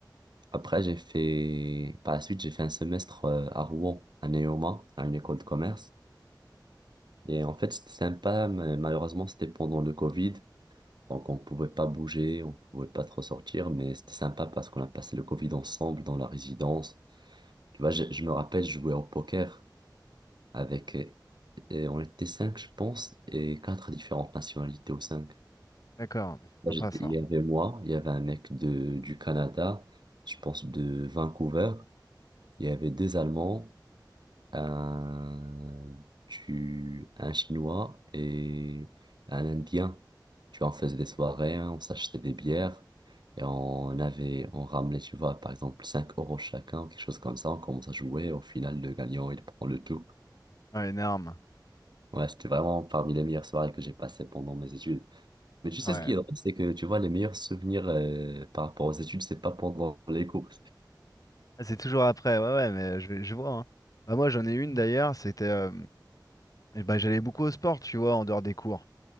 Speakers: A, on the right; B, on the left.
A: Après, j'ai fait, par la suite, j'ai fait un semestre euh, à Rouen, à Neoma, à une école de commerce. Et en fait, c'était sympa, mais malheureusement, c'était pendant le Covid. Donc, on pouvait pas bouger, on pouvait pas trop sortir, mais c'était sympa parce qu'on a passé le Covid ensemble dans la résidence. Tu vois, je, je me rappelle, je jouais au poker avec, euh, et on était cinq, je pense, et quatre différentes nationalités aux cinq.
B: D'accord, mais c'est
A: Là,
B: sympa
A: j'étais-
B: ça.
A: Il y avait moi, il y avait un mec de, du Canada, je pense de Vancouver, il y avait deux Allemands, un, du, un Chinois et un Indien. Tu vois, on faisait des soirées, hein, on s'achetait des bières et on avait, on ramenait, tu vois, par exemple, 5 euros chacun, quelque chose comme ça. On commence à jouer. et Au final, le gagnant, il prend le tout.
B: Ouais, une arme,
A: Ouais, c'était vraiment parmi les meilleures soirées que j'ai passées pendant mes études. Mais tu sais
B: Ouais.
A: ce qui est drôle, c'est que tu vois, les meilleurs souvenirs euh, par rapport aux études, c'est pas pendant les cours.
B: Ah, C'est toujours après, ouais, ouais, mais je, je vois. hein. Bah, moi, j'en ai une d'ailleurs, c'était. euh, eh ben, j'allais beaucoup au sport, tu vois, en dehors des cours.